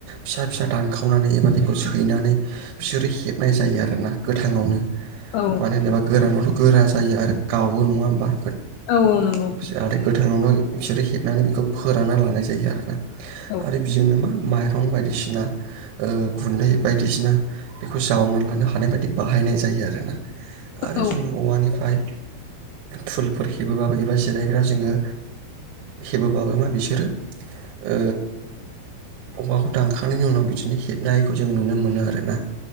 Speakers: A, on the right (about 85°); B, on the left (about 80°).
A: फिसा फिसा दानखावनानै एबा बेखौ सैनानै बिसोरो हेबनाय जायो आरोना गोथांआवनो
B: औ
A: मानो होनोब्ला गोरानावथ' गोरा जायो आरो गावो नङा होमबा?
B: औ नंगौ
A: जाहाथे गोथांआवनो बिसोरो हेबनानै बेखौ फोरानना लानाय जायो आरोना आरो
B: औ
A: बिजोंनो मा माइरं बायदिसिना ओ गुन्दै बायदिसिना बेखौ जावनानै लानो हानाय बायदि बाहायनाय जायो आरोना। आरो
B: औ
A: जोंङो औवानिफ्राय फुलफोर हेबोबाबो एबा जिरायग्रा जोङो हेबोबाबो मा बिसोरो ओ औवाखौ दानखांनायनि उनाव बिदिनो हेबनाय हखौ जों नुनो मोनो आरोना।